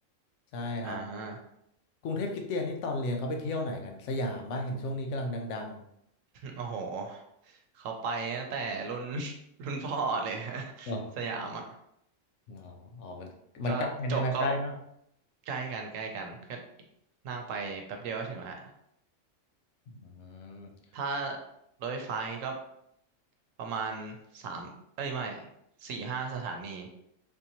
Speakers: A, on the left (about 70°); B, on the right (about 80°).
A: ใช่ครับ
B: อ่า
A: กรุงเทพคริสเตียนนี่ตอนเรียนเขาไปเที่ยวไหนกันสยามป่ะเห็นช่วงนี้กำลังดัง
B: โอ้โหเขาไปตั้งแต่รุ่น <laughs> รุ่นพ่อเลย <laughs> ฮะ
A: ๆ
B: สยามอ่ะ
A: อ๋อ อ๋อ มันมันใกล้กันใช่ไหม
B: ก็จบก็
A: ใกล้ปะ
B: ใกล้กันใกล้กันก็นั่งไปแป๊บเดียวก็ถึงละ
A: อืม
B: ถ้ารถไฟฟ้านี่ก็ประมาณสามเอ้ยไม่สี่ห้าสถานี